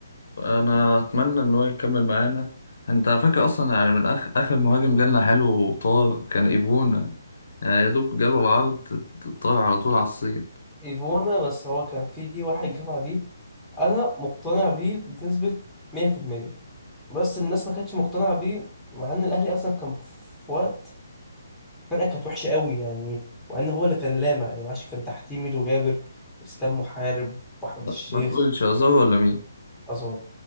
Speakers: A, on the left; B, in the centre.
A: انا اتمنى ان هو يكمل معانا انت فاكر اصلا يعني من اخر اخر مهاجم جالنا حلو وطار كان ايفون يعني يا دوب جاله العرض طار على طول على الصين
B: ايفونا بس هو كان في واحد جه بعديه انا مقتنع بيه بنسبة 100% بس الناس ما كانتش مقتنعة بيه مع ان الاهلي اصلا كان في وقت الفرقة كانت وحشة قوي يعني مع ان هو اللي كان لامع يعني معلش كان تحتيه ميدو جابر اسلام محارب واحمد
A: لا
B: الشيخ
A: ما تقولش أزار ولا مين
B: ازارو